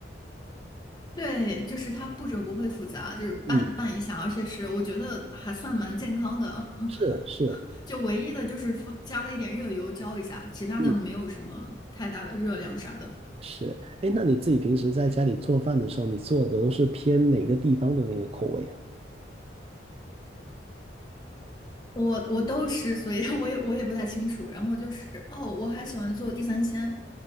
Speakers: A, on the left; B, on the right.
A: 对，就是它步骤不会复杂，就是拌拌一下，
B: 嗯，
A: 而且是我觉得还算蛮健康的。<laughs>
B: 是是，
A: 就唯一的就是放加了一点热油浇一下，其他的没有什么太大的热量啥的。
B: 嗯是。哎，那你自己平时在家里做饭的时候，你做的都是偏哪个地方的那个口味啊？
A: 我我都吃，所以 <laughs> 我也我也不太清楚。然后就是哦，我还喜欢做地三鲜，